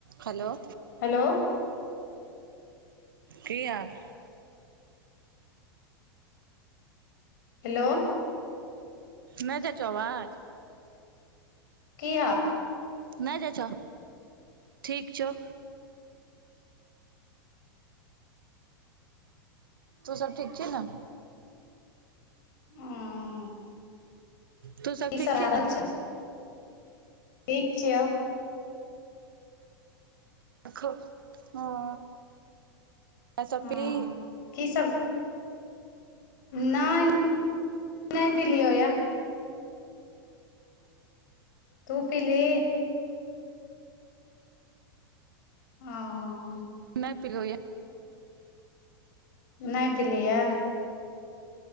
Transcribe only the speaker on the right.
हेलो
की हाल
नय जाय छै अवाज
नय जाइ छौ ठीक छौ तू सब ठीक छी न
तू सब
ठीक
छी
नऽ
<unintelligible> चाय सब
पीली
नय पिलो य।